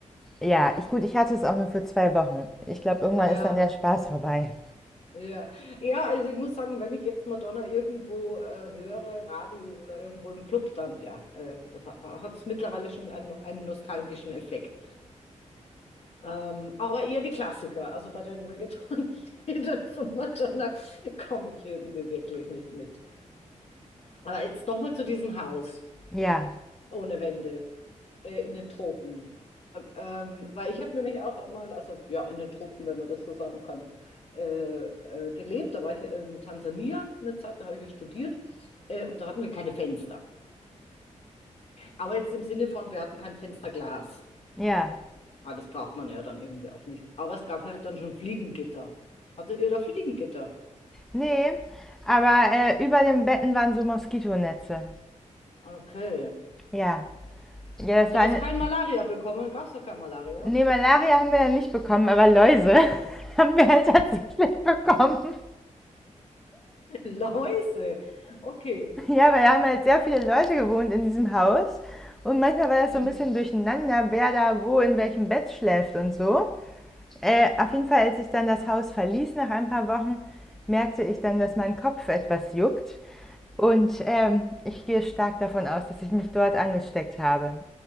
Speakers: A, in the centre; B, on the left (about 55°).
A: ja, ich, gut, ich hatte es auch nur für zwei Wochen. Ich glaube, irgendwann
B: Ja,
A: ist dann der Spaß vorbei.
B: ja. Ja, also ich muss sagen, wenn ich jetzt Madonna irgendwo äh, höre, Radio oder irgendwo im Club, dann ja, äh, hat es mittlerweile schon einen, einen nostalgischen Effekt. Ähm, aber eher die Klassiker. Also bei den Reggaeton-Liedern von Madonna komme ich irgendwie wirklich nicht mit. Aber jetzt nochmal zu diesem Haus
A: Ja,
B: ohne Wände äh, in den Tropen. Ähm, weil ich habe nämlich auch einmal, also ja, in den Tropen, wenn man das so sagen kann, äh, äh, gelebt. Da war ich in Tansania eine Zeit, da habe ich ja studiert. Äh, und da hatten wir keine Fenster. Aber jetzt im Sinne von, wir hatten kein Fensterglas.
A: ja.
B: Ah, das braucht man ja dann irgendwie auch nicht. Aber es gab halt dann schon Fliegengitter. Hattet ihr da Fliegengitter?
A: Nee, aber äh, über den Betten waren so Moskitonetze.
B: Okay.
A: Ja. Ja,
B: Und
A: das
B: du
A: war
B: hast
A: eine.
B: kein Malaria bekommen? Gab es da kein Malaria?
A: Nee, Malaria haben wir ja nicht bekommen, aber Läuse <laughs> haben wir halt tatsächlich bekommen.
B: <laughs> Läuse. Okay.
A: Ja, weil da haben halt sehr viele Leute gewohnt in diesem Haus. Und manchmal war das
B: Mhm.
A: so ein bisschen durcheinander, wer da wo in welchem Bett schläft und so. Äh, auf jeden
B: Okay.
A: Fall, als ich dann das Haus verließ nach ein paar Wochen, merkte ich dann, dass mein Kopf etwas juckt. Und ähm, ich gehe stark davon aus, dass ich mich dort angesteckt habe.